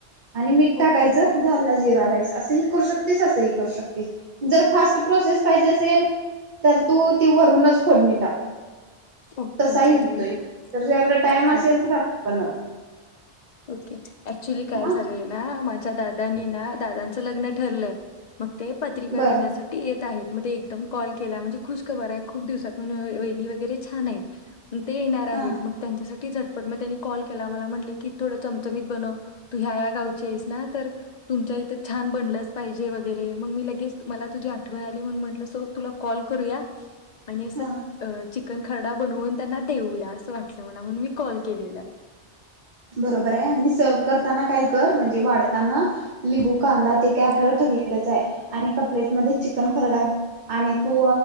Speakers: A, on the right (about 45°); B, on the left (about 50°).
A: आणि मीठ टाकायचं
B: ओके
A: झाला जिरा राईस असंही करू शकतेस असंही करू शकते. जर फास्ट प्रोसेस पाहिजे असेल तर तू ती वरूनच फोडणी टाक
B: ओके
A: तसाही
B: चालेल
A: होतोय. तर
B: डन
A: जुझ्याकडे टाइम
B: हा
A: असेल तर पण
B: ओके ऍक्च्युली काय
A: हा
B: झालंय ना माझ्या दादानी ना दादांचं लग्न ठरलंय. मग ते पत्रिका
A: बर
B: देण्यासाठी येत आहेत मग ते एकदम कॉल केला म्हणजे खुश खबर आहे खूप दिवसात वणी वगैरे छान हाईत. ते येणार आहेत
A: हा
B: मग त्यांच्यासाठी झटपट मग त्यांनी कॉल केला मला म्हटले की -- थोडं चमचमीत बनव तू ह्या या्या गावची आहेस ना तर तुमच्या इथं छान बनलंच पाहिजे वगैरे मग मी लगेच मला तुझी आठवण आली म्हणून म्हटलं सो तुला कॉल करूया.
A: <unintelligible>
B: आणि असं
A: हा
B: चिकन खरडा बनवून त्यांना देऊया असं वाटलं मला म्हणून मी कॉल केलेला.
A: बरोबर हाय आणि सर्व करताना काय कर म्हणजे वाढताना लिंबू -- कांदा ते काय आपल्याला
B: हं,
A: ठरलेलच हाय आणि एका प्लेट मध्ये चिकन खरडा -- आणि तू